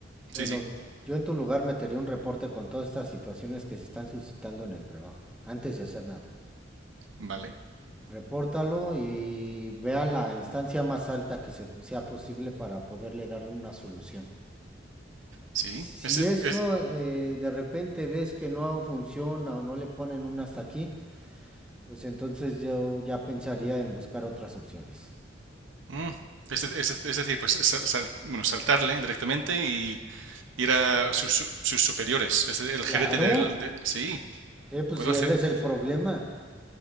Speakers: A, on the right; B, in the centre.
A: sí,
B: Bueno,
A: sí,
B: yo en tu lugar metería un reporte con todas estas situaciones que se están suscitando en el trabajo, antes de hacer nada.
A: vale,
B: repórtalo y vea la instancia más alta que se- sea posible para poderle darle una solución.
A: sí.
B: Si
A: Este,
B: eso
A: es,
B: eh, de repente ves que no funciona o no le ponen un hasta aquí, pues entonces yo ya pensaría en buscar otras opciones.
A: mm, este- este- es, de- es decir, pues sal- sal- bueno, saltarle directamente y ir a sus, su- sus superiores. Es de- el
B: Claro,
A: gerente del... de- sí,
B: sí, pues
A: puedo
B: si
A: hacer...
B: él es el problema.